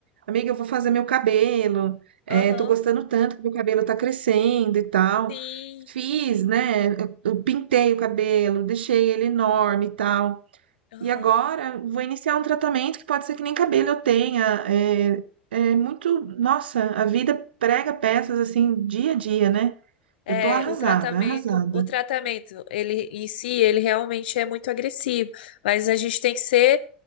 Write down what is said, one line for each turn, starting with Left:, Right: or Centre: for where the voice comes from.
Right: amiga, eu vou fazer meu cabelo, é,
Left: Aham.
Right: tô gostando tanto que meu cabelo tá crescendo e tal.
Left: Sim.
Right: Fiz, né? Eu eu pintei o cabelo, deixei ele enorme e tal.
Left: Aham.
Right: E agora vou iniciar um tratamento que pode ser que nem cabelo eu tenha. É, é muito, nossa, a vida prega peças assim dia a dia, né?
Left: É,
Right: Eu tô arrasada,
Left: o tratamento,
Right: arrasada.
Left: o tratamento, ele em si, ele realmente é muito agressivo, mas a gente tem que ser